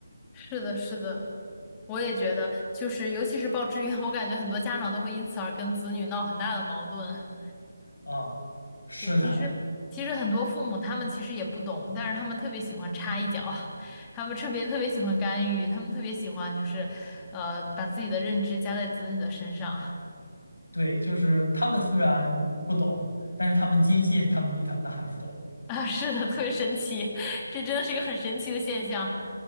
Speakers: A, on the left (about 15°); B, on the left (about 85°).
A: 是的，是的，我也觉得，就是尤其是报志愿，我感觉很多家长都会因此而跟子女闹很大的矛盾。
B: 啊，是的，
A: 对，其实其实很多父母他们其实也不懂，但是他们特别喜欢插一脚，<laughs> 他们特别特别喜欢干预，他们特别喜欢就是，呃，把自己的认知加在子女的身上
B: 对，就是他们虽然不懂，但是他们坚信他们比他们的孩子懂
A: <laughs> 啊，是的，特别神奇，<laughs> 这真的是一个很神奇的现象。